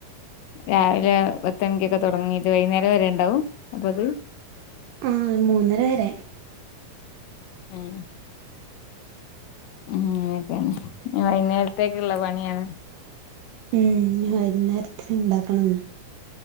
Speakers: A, on the left (about 70°); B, on the right (about 80°).
A: രാവിലെ പത്ത് മണിക്കൊക്കെ തുടങ്ങീട്ട് വൈകുന്നേരം വരെ ഉണ്ടാവും. അപ്പൊ അത്
B: ആ മൂന്നര വരെ
A: ഉം അങ്ങനൊക്കേണ് ഇനി വൈന്നേരത്തേക്ക്ള്ള പണിയാണ്
B: ഉം വൈന്നേരത്തിന് ഇണ്ടാക്കണം